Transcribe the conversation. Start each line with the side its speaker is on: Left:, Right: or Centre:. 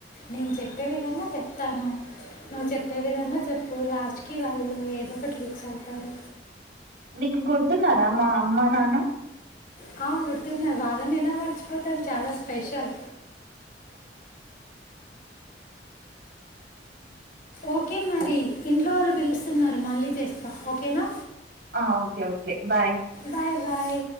Left: నేను చెప్పే విధంగా చెప్తాను నువ్వు చెప్పే విధంగా చెప్పు లాస్ట్కి వాళ్ళు ఏదో ఒకటి ఫిక్స్ అవు తారు
Right: నీకు గుర్తున్నారా మా అమ్మ నాన్న
Left: హ గుర్ తున్నారు వాళ్ళని ఎలా మర్చిపోతాను చాలా స్పెషల్ ఓకే మరి ఇంట్లో వాళ్ళు పిలుస్తున్నారు మళ్ళీ చేస్తా ఓకేనా
Right: ఆ okay okay bye
Left: bye bye